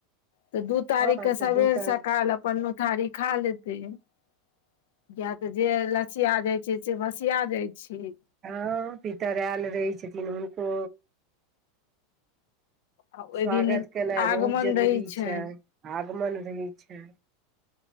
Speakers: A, on the left; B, on the right.
A: तऽ दु तारीख
B: हँ
A: के
B: तऽ
A: सबेर
B: दू टा
A: सकाल अपन नो तहारी खा लेतै है किया तऽ जे लसिया जाय छै से भसिया दय छिहीं
B: हँअ् पितर आयल रहै छथिन हुनको
A: आ ओहि
B: स्वागत
A: दिन
B: केनाइ
A: आगमन
B: बहुत जरूरी
A: रहै छनि
B: छैइ आगमन रहै छैइ